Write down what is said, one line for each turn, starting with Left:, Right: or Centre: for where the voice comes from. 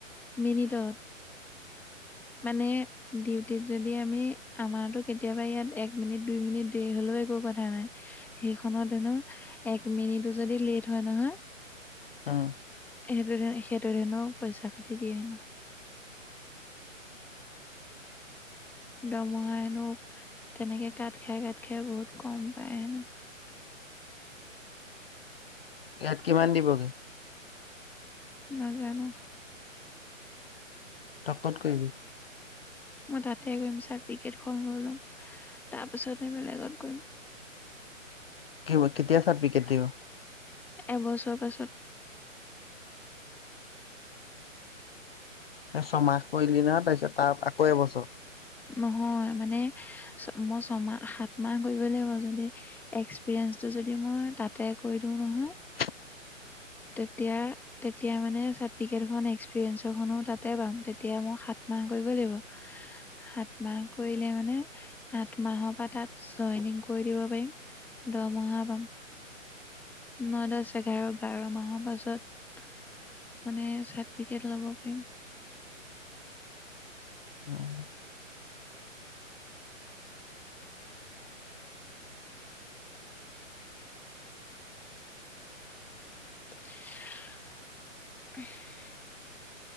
Centre: মিনিটত, মানে ডিউটিত যদি আমি আমাৰটো কেতিয়াবা ইয়াত এক মিনিট, দুই মিনিট দেৰি হ'লেও একো কথা নাই। সেইখনত হেনো এক মিনিটো যদি লেট হয় নহয়।
Left: অ'।
Centre: সেইটোত সেইটোত হেনো পইচা কাটি দিয়ে হেনো। দৰমহা হেনো তেনেকে কাট খাই, কাট খাই বহুত কম পায় হেনো।
Left: ইয়াত কিমান দিবগে?
Centre: নাজানো।
Left: তই ক'ত কৰিবি?
Centre: মই তাতে কৰিম ছাৰ্টিফিকেটখন লৈ লওঁ, তাৰ পিছতে বেলেগত কৰিম।
Left: কে কেতিয়া ছাৰ্টিফিকেট দিব?
Centre: এবছৰ পাছত।
Left: ছমাহ কৰিলি নহয়, তাৰপিছত তাত আকৌ এবছৰ?
Centre: নহয় মানে, মই ছমাহ, সাত মাহ কৰিব লাগিব, যদি এক্সপিৰিয়েঞ্চটো যদি মই তাতে কৰি দিওঁ নহয়।
Left: <unintelligible>
Centre: তেতিয়া তেতিয়া মানে ছাৰ্টিফিকেটখন এক্সপিৰিয়েঞ্চৰ খনো তাতে পাম, তেতিয়া মই সাত মাহ কৰিব লাগিব। সাত মাহ কৰিলে মানে, আঠ মাহৰ পা তাত জইনিং কৰি দিব পাৰিম। দৰমহা পাম। ন', দহ, এঘাৰ, বাৰ মাহৰ পাছত মানে চাৰ্টিফিকেট ল'ব পাৰিম।
Left: উম'।
Centre: <unintelligible>